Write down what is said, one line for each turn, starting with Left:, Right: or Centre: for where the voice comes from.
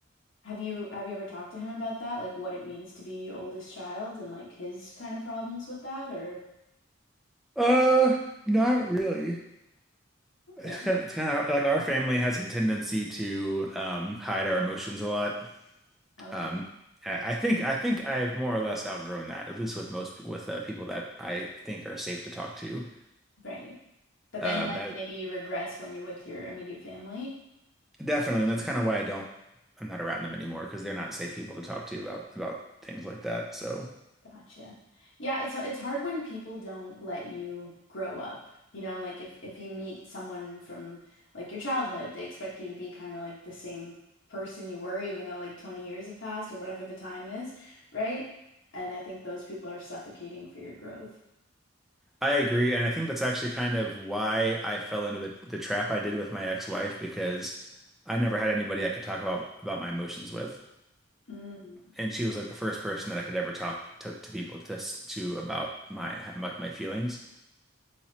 Left: Have you have you ever talked to him about that? Like what it means to be oldest child and like his kind of problems with that or
Centre: Uh, not really.
Left: okay.
Centre: It's kind of, it's kind of like our family has a tendency to um, hide our emotions a lot.
Left: Okay.
Centre: Um, I, I think I think I've more or less outgrown that, at least with most with uh, people that I think are safe to talk to.
Left: Right. But
Centre: Um,
Left: then like
Centre: I-
Left: maybe you regress when you're with your immediate family.
Centre: definitely, and that's kind of why I don't I'm not around them anymore because they're not safe people to talk to about about things like that. So
Left: Gotcha. Yeah, it's it's hard when people don't let you grow up. You know, like if if you meet someone from like your childhood, they expect you to be kind of like the same person you were even though like 20 years have passed or whatever the time is, right? And I think those people are suffocating for your growth.
Centre: I agree, and I think that's actually kind of why I fell into the the trap I did with my ex-wife because I never had anybody I could talk about about my emotions with.
Left: Mm.
Centre: and she was like the first person that I could ever talk to, to people to to about my like my feelings.